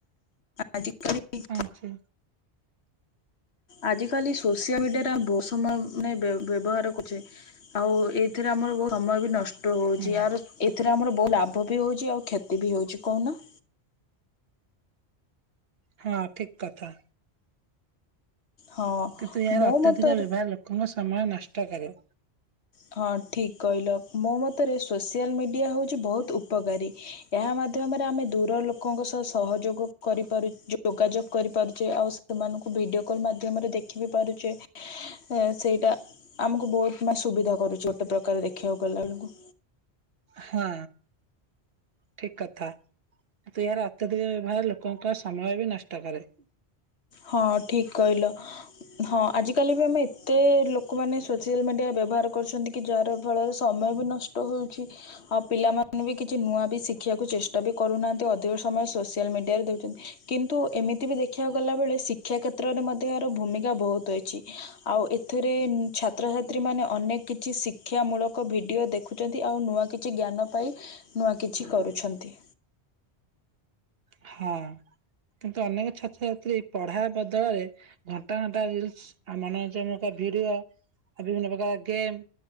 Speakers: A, on the left; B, on the right.
A: ଆଜିକାଲି ବି <inaudible>
B: ଅଛି
A: ଆଜିକାଲି ସୋସିଆ ମିଡ଼ିଆରେ ବହୁତ ସମୟ ମାନେ ବେ ବ୍ୟବହାର କରୁଚେ। ଆଉ ଏଇଥିରେ ଆମର ବହୁତ ସମୟ ବି ନଷ୍ଟ ହେଉଛି
B: ହୁଁ
A: ଏଆର ଏଥିରେ ଆମର ବହୁ ଲାଭ ବି ହୋଉଚି ଆଉ କ୍ଷତି ବି ହୋଉଚି କହୁନ।
B: ହଁ ଠିକ କଥା।
A: ହଁ
B: କିନ୍ତୁ ଏହାର
A: ମୋ
B: ଅତ୍ୟଧିକ
A: ମତରେ
B: ବ୍ୟବହାର ଲୋକଙ୍କ ସମୟ ନଷ୍ଟ କରେବ।
A: ହଁ ଠିକ କହିଲ ମୋ ମତରେ ସୋସିଆଲ ମିଡ଼ିଆ ହୋଉଚି ବହୁତ ଉପକାରୀ। ଏହା ମାଧ୍ୟମରେ ଆମେ ଦୂର ଲୋକଙ୍କ ସହ ସହଯୋଗ କରିପାରୁଚୁ ଯୋଗାଯୋଗ କରିପାରୁଚେ ଆଉ ତ ମାନଙ୍କୁ ଭିଡ଼ିଓ କଲ୍ ମାଧ୍ୟମରେ ଦେଖି ବିି ପାରୁଚେ ଏ ସେଇଟା ଆମକୁ ବହୁତ ମା ସୁବିଧା କରୁଛି ଗୋଟେ ପ୍ରକାର ଦେଖିବାକୁ ଗଲା ବେଳକୁ।
B: ହଁ। ଠିକ କଥା କିନ୍ତୁ ଏହାର ଅତ୍ୟଧିକ ବ୍ୟବହାର ଲୋକଙ୍କ ସମୟ ବି ନଷ୍ଟ କରେ।
A: ହଁ ଠିକ କହିଲ। ହଁ ଆଜିକାଲି ବି ଆମେ ଏତେ ଲୋକମାନେ ସୋସିଆଲ ମିଡିଆ ବ୍ୟବହାର କରୁଛନ୍ତି କି ଯାହାର ଫଳରେ ସମୟ ବି ନଷ୍ଟ ହୋଉଚି। ଆଉ ପିଲାମାନେ ବି କିଛି ନୂଆ ବି ଶିଖିବାକୁ ଚେଷ୍ଟା ବି କରୁନାହାନ୍ତି ଅଧିକ ସ ସମୟ ସୋସିଆଲ ମିଡିଆରେ ଦେଉଛନ୍ତି କିନ୍ତୁ ଏମିତି ବି ଦେଖିବାକୁ ଗଲାବେଳେ ଶିକ୍ଷା କ୍ଷେତ୍ରରେ ମଧ୍ୟ ଏହାର ଭୂମିକା ବହୁତ ଅଛି ଆଉ ଏଥିରେ ଛାତ୍ରଛାତ୍ରୀ ମାନେ ଅନେ କି ଛି ଶିକ୍ଷା ମୂଳକ ଭିଡିଓ ଦେଖୁଛନ୍ତି ଆଉ ନୂଆ କିଛି ଜ୍ଞାନ ପାଇ ନୂଆ କିଛି କରୁଛନ୍ତି।
B: ହଁ କିନ୍ତୁ ଅନେକ ଛାତ୍ରଛାତ୍ରୀ ପଢା ବଦଳରେ ଘଣ୍ଟା ଘଣ୍ଟା ରିଲସ୍ ଆ ମାନେ ନିଜେ ଗୋଟେ ଭିଡ଼ିଓ ଆଉ ବିଭିନ୍ନ ପ୍ରକାର ଗେମ୍